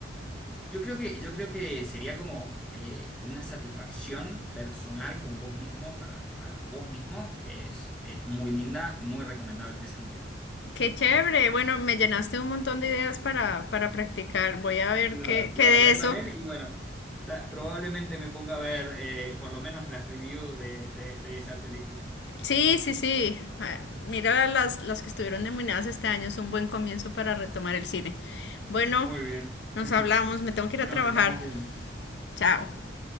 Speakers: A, in the centre; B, on the left.
A: Yo creo que, yo creo que sería como eh, una satisfacción personal con vos mismo, para, para vos mismo, que es, es muy linda, muy recomendable de sentir.
B: Qué chévere. Bueno, me llenaste un montón de ideas para, para practicar. Voy a ver
A: La,
B: qué,
A: la
B: qué de
A: verdad
B: eso.
A: que también, y bueno, ta- probablemente me ponga a ver eh, por lo menos las reviews de, de- de esa película.
B: Sí, sí, sí. Ah, Mira las, las que estuvieron nominadas este año. Es un buen comienzo para retomar el cine. Bueno,
A: Muy bien,
B: nos hablamos. Me tengo que
A: nos
B: ir a trabajar.
A: estamos viendo.
B: Chao.